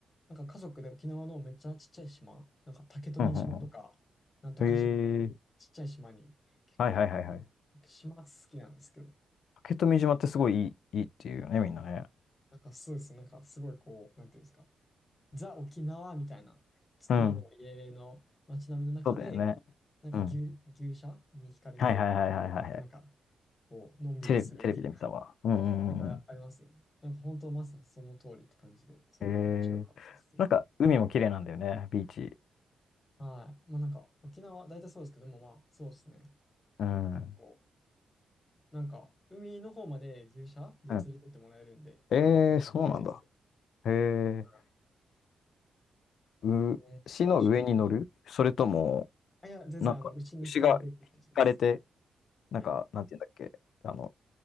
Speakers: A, on the left; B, on the left.
A: なんか家族で沖縄のめっちゃちっちゃい島、なんか竹富島とか、
B: うんうんう
A: なんとか島、
B: ん。へえ、
A: ちっちゃい島に結構行
B: はいはいはいはい。
A: く島好きなんですけど、
B: 竹富島ってすごいいい、いいっていうよね、みんなね。
A: なんかそうですね、なんかすごいこう、なんていうんですか、ザ沖縄みたいな作りの家の街並みの中で、
B: うん。そうだよね。
A: なんか牛、
B: うん。
A: 牛舎に惹かれて、
B: はいはいはいはいはいはい。
A: なんかこう、のんびりするみたいな。
B: テレビ、テレビで見たわ。うんうんうんうん。
A: なんかありますよね。なんか本当まさにその通りって感じですごい面白かったです。
B: えー、なんか海も綺麗なんだよね、ビーチ。
A: はい。まあなんか沖縄大体そうですけどもまあそうですね。
B: うん。
A: 結構なんか海の方まで牛舎で連れてってもらえるんでなんか面白いですよね。
B: うん。えー、そうなんだ。へえ
A: は
B: う、
A: いえー九州。
B: 牛の上に乗るそれとも、
A: あ、いや全然あの牛に惹かれてって感じです。
B: なんか、牛が引かれて、なんか、
A: はい。
B: なんていうんだっけ、あの、